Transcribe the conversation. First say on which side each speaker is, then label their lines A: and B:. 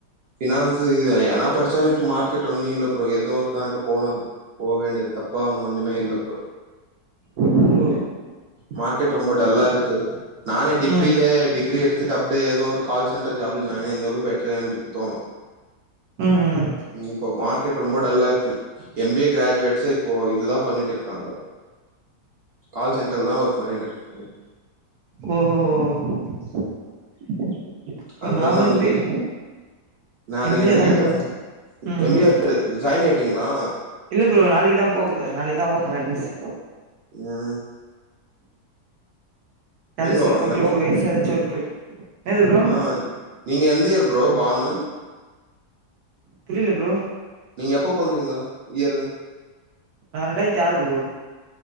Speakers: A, on the right; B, on the right.
A: ஃபினான்ஸ்சு இது எ ஏனா படிச்சாலு இப்போ மார்கெட் ஒன்னு இல்ல ப்ரோ எதோ ஒரு <unintelligible> போ வேண்டியது தப்பா ஒன்னு ஒன்னுமே இல்ல ப்ரோ
B: ஓ
A: மார்க்கெட் ரொம்ப டல்லா இருக்கு நானே டிகிரிலே
B: ம்
A: டிகிரி எடுத் த்துட்டு அப்டே எதோ ஒரு கால் சென்டர் ஜாபுல் ஜாயின் இர்ந்தாலு பெட்ருன் நம்பிள்க்கு தோணு
B: ம் ம் ம்
A: ம் இப்போ மார்க்கெட் ரொம்ப டல்லா இருக்கு எம் பி ஏ கிராஜுவேட்ஸே இப்போ இதுதா பண்ணிட்டுருக்காங்க கால் சென்டர்ல் தா ஒர்க் பண்ணிட்டுருக்காங்
B: ம் ம் ம் இப்ப
A: அதுதா
B: நா வந்து
A: நடந்துட்டு
B: எம் பி ஏ
A: இருக்கு
B: <inaudible>
A: நானு
B: எம் பி
A: என்ன
B: ஏ தான்
A: கேட்டா
B: ப்ரோ ம்
A: எம் பி
B: ம்
A: ஏ <inaudible> ஜாய்ன் ஆய்ட்டீங்ளா
B: இல்ல ப்ரோ நாளைக்கு தா போக போற நாளைக்கு தா ஓப்பன் அட்மிஷன்
A: ம்
B: கரஸ்ல
A: நீங்க
B: போட்டு
A: எப்ப
B: உட்டு டூ இயர்ஸ் எதாச்சு ஒர்க் போய் என்னது ப்ரோ
A: ஆ நீங்க எந்த இயர் ப்ரோ பானு
B: புரில ப்ரோ
A: நீங்க எப்ப பொற்ந்தீங்க இயரு
B: நா ரெண்டாய்ர்த்தி ஆறு ப்ரோ